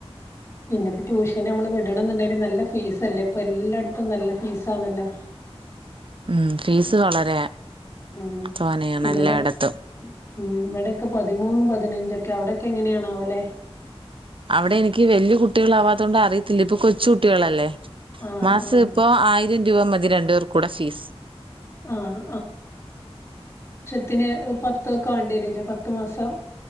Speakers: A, on the left; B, on the right.
A: പിന്നെപ്പോ ട്യൂഷന് നമ്മള് വിടണം എന്നുണ്ടെങ്കിലും നല്ല ഫീസല്ലേ ഇപ്പൊ എല്ലായിടത്തും നല്ല ഫീസ് ആണല്ലോ
B: ഉം ഫീസ് വളരെ
A: ആഹ്
B: തോനെയാണ്
A: ഇവിടെ
B: എല്ലായിടത്തും
A: ഉം ഇവിടൊക്കെ പതിമൂന്നും പതിനഞ്ചൊക്കെ അവിടക്കെ എങ്ങനെയാണാവലെ
B: അവിടെ എനിക്ക് വലിയ കുട്ടികളാവാത്തോണ്ട് അറിയ- ഇല്ല ഇപ്പൊ കൊച്ചു കുട്ടികളല്ലേ
A: ആഹ്
B: മാസം
A: ആഹ്
B: ഇപ്പ ആയിരം രൂപ മതി ഇത് രണ്ടുപേർകൂടെ ഫീസ്
A: ആഹ് പത്തിന് പത്തൊക്കെ വേണ്ടി വരില്ലേ പത്ത് മാസം